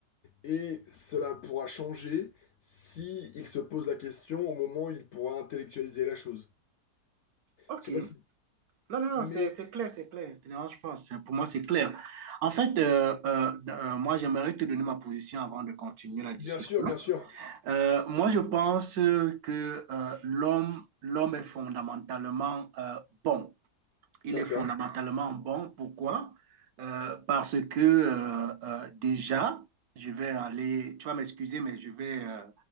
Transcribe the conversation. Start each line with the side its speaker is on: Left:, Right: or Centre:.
Left: Et cela pourra changer si il se pose la question au moment où il pourra intellectualiser la chose.
Right: Ok.
Left: Je sais pas si...
Right: Non, non,
Left: Mais
Right: non, c'est c'est clair, c'est clair. Ne te dérange pas. c'est- Pour moi, c'est clair. En fait, euh, euh, euh, moi, j'aimerais te donner ma position avant de continuer la discussion.
Left: bien sûr, bien sûr.
Right: Euh, moi, je pense que euh, l'homme, l'homme est fondamentalement euh, bon. Il
Left: D'accord,
Right: est fondamentalement bon. Pourquoi? Euh, parce que euh, euh, déjà, je vais aller, tu vas m'excuser, mais je vais euh,